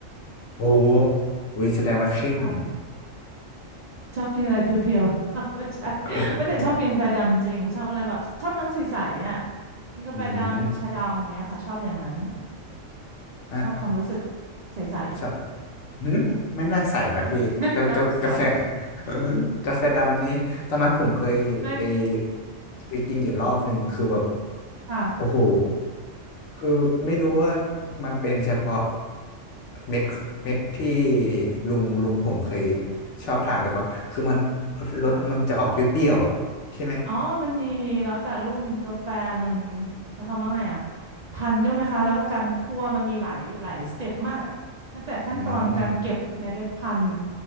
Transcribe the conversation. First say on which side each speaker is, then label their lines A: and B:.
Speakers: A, on the left; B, on the right.
A: โอ้โหอุ๊ยแสดงว่าเข้ม
B: ำค่ะชอบกินอะไรเพียวๆ <laughs> ไม่ใช่
A: เออ
B: ไม่แต่ชอบกินกาแฟดำจริงชอบอะไรแบบชอบน้ำใสๆอ่ะกินกาแฟดำชาดำอย่างเงี้ยค่ะชอบอย่างนั้น
A: อืมฮะ
B: ชอบความรู้สึกใส
A: ชอบหืมไม่น่าใส่นะพี่กากากาแฟ
B: ๆ <laughs> อืม <laughs> น้ำใส
A: <laughs> กาแฟดำนี่ตอนนั้นผมเคยไป
B: มัน
A: ไปกินอยู่รอบหนึ่งคือแบบ
B: ค่ะ
A: โอ้โห คือไม่รู้ว่ามันเป็นเฉพาะเม็ดเม็ดที่ลุงลุงผมเคยชอบทานหรือเปล่าคือมันรสรสมันจะออกเปรี้ยวๆอ่ะใช่ไหม
B: ค่ะอ๋อมันมีมีแล้วแต่รุ่นกาแฟมันใช้คำว่าไงอ่ะพันธุ์ด้วยไหมคะแล้วก็การคั่วมันมีหลายหลายสเต็ปมากอ่ะตั้งแต่ขั้นตอนการเก็บเมล็ดพันธุ์
A: อืม